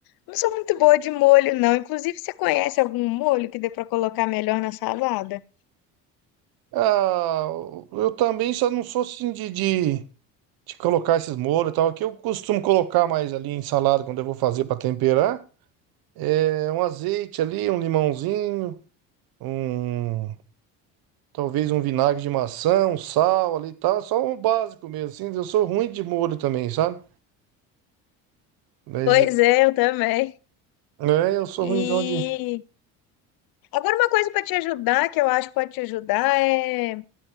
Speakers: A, on the left; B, on the right.
A: Não sou muito boa de molho, não. Inclusive, você conhece algum molho que dê para colocar melhor na salada?
B: Ah, eu também só não sou assim de, de, de colocar esses molhos e tal, que eu costumo colocar mais ali em salada quando eu vou fazer para temperar. É, um azeite ali, um limãozinho, um talvez um vinagre de maçã, um sal ali, tá? Só um básico mesmo, assim. Eu sou ruim de molho também, sabe? Mas
A: Pois é, eu também.
B: é, eu sou
A: E
B: ruimzão de.
A: agora uma coisa para te ajudar, que eu acho que pode te ajudar, é